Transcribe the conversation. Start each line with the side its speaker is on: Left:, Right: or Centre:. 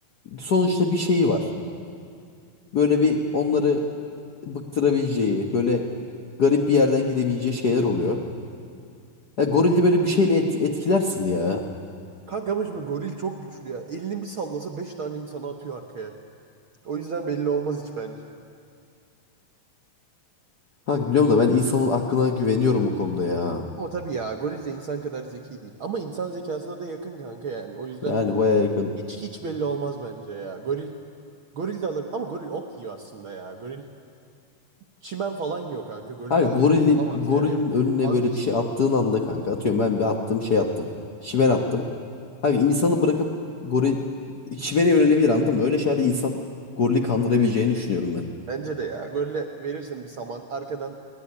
Left: sonuçta bir şeyi var. Böyle bir onları bıktırabileceği, böyle garip bir yerden gidebileceği şeyler oluyor. Ya gorili böyle bir şeyle et- etkilersin ya.
Right: Kanka ama şimdi goril çok güçlü ya. Elini bir sallasa 5 tane insanı atıyor arkaya. O yüzden belli olmaz hiç bence.
Left: Kanka biliyorum da ben insanın aklına güveniyorum bu konuda ya.
Right: Ama tabii ya goril de insan kadar zeki değil. Ama insan zekasına da yakın kanka yani. O yüzden
Left: Yani baya yakın.
Right: hiç hiç belli olmaz bence ya. Goril goril de alır ama goril ot yiyor aslında ya. Goril çimen falan yiyor kanka. Goril
Left: Kanka
Right: alamaz
Left: gorilin,
Right: alamaz
Left: gorilin
Right: ya. Yok,
Left: önüne
Right: vazgeçtim.
Left: böyle bir şey attığın anda kanka atıyorum ben bir attım şey attım. Şiven attım. Kanka insanı bırakıp goril şivene yönelebilir anladın mı? Öyle şeylerde insan gorili kandırabileceğini düşünüyorum ben.
Right: Bence de ya. Golle verirsin bir saman. Arkadan